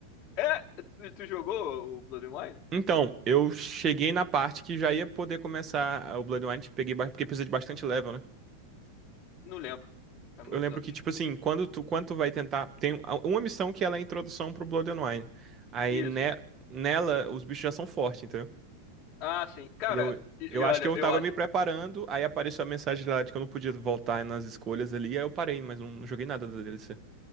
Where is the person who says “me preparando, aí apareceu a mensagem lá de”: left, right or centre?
Right